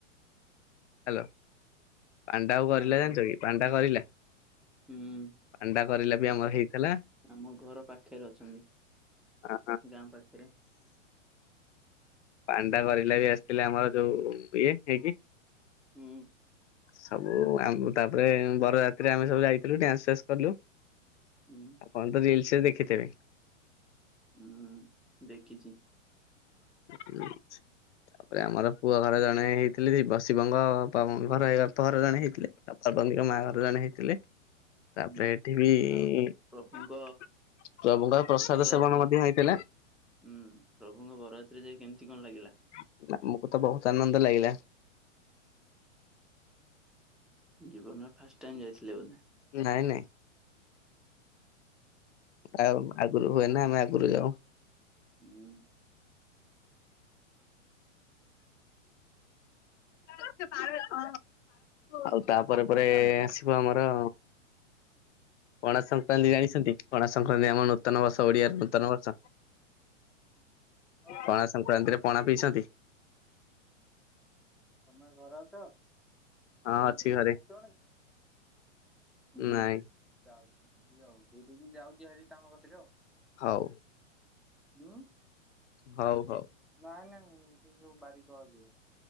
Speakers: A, on the left (about 65°); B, in the centre.
A: ହଲୋ। ପାଣ୍ଡା ଆଉ
B: ହଁ
A: ଗରିଲା
B: କୁହନ୍ତୁ
A: ଜାଣିଛକି ପାଣ୍ଡା ଗରିଲା?
B: ହୁଁ
A: ପାଣ୍ଡା
B: <inaudible>
A: ଗରିଲା ବି
B: ଆ
A: ଆମର ହେଇଥିଲା
B: ଆମ ଘର ପାଖରେ ଅଛନ୍ତି।।
A: ହଁ,
B: ଗାଁ ପାଖରେ।
A: ପାଣ୍ଡା କରିଲା ବି ଆସିଥିଲେ ଆମର ଯୋଉ ଇଏ ହେଇକି।
B: ହୁଁ।
A: ସବୁ ଆମ ତାପରେ ବରଯାତ୍ରୀ ଆମେ ସବୁ ଯାଇଥିଲୁ ଡ୍ୟାନ୍ସ ଫାନ୍ସ କଲୁ। <inaudible>
B: ହୁଁ
A: ଆପଣ ତ ରିଲ୍ସ ରେ ଦେଖିଥିବେ।
B: ହୁଁ ଦେଖିଛି।
A: ହୁଁ। ତାପରେ ଆମର ପୁଅ ଘର ଜଣେ ହେଇଥିଲେ ଶିବଙ୍କ ଘର ଘର ଜଣେ ହେଇଥିଲେ ପର୍ବ ମା ଘର ଜଣେ ହେଇଥିଲେ <inaudible> ତାପରେ
B: ହୁଁ
A: ଏଠି ବି
B: ଆଉ ପ୍ରଭୁଙ୍କ
A: <inaudible> ପ୍ରଭୁ ଙ୍କ ପ୍ରସାଦ
B: ବରଯାତ୍ରୀ
A: ସେବନ ମଧ୍ୟ ହେଇଥିଲା। <inaudible>
B: ହୁଁ ପ୍ରଭୁଙ୍କ ବରଯାତ୍ରୀ ଯାଇ କେମିତି କଣ ଲାଗିଲା
A: ଆମକୁ ତ ବହୁତ ଆନନ୍ଦ ଲାଗିଲା।
B: ଜୀବନରେ ଫାଷ୍ଟ ଟାଇମ୍ ଯାଇଥିଲେ ବୋଧେ।
A: ନାଇଁ ନାଇଁ। ଆଉ ଆଗରୁ ହୁଏ ନା ଆମେ ଆଗରୁ ଯାଉ।
B: ହୁଁ।
A: <unintelligible> ଆଉ ତାପରେ ପରେ ଆସିବ ଆମର ପଣା ସଂକ୍ରାନ୍ତି ଜାଣିଛନ୍ତି ପଣା ସଂକ୍ରାନ୍ତି ଆମ ନୂତନ ବର୍ଷ। ଓଡ଼ିଆ ନୂତନ ବର୍ଷ
B: ହଁ ବା
A: ପଣା ସଂକ୍ରାନ୍ତିରେ ପଣା ପିଇଛନ୍ତି?
B: ତମେ ଘରେ ଅଛ?
A: ହଁ
B: ଆଜି
A: ଅଛି
B: ଟ୍ୟୁସନ
A: ଘରେ
B: ଆସିବନି ହୁଁ
A: ନାଇଁ
B: ଯାଉଚି। <unintelligible> ଦେଇ ଦେଇକି ଯାଉଛି ଆରି ତାଙ୍କ କତିରେ ଆଉ
A: ହଉ
B: ହଁ।
A: ହଉ ହଉ।
B: ନାଇଁ ନାଇଁ ସେ ଯୋଉ ବାରିକ ଯିଏ।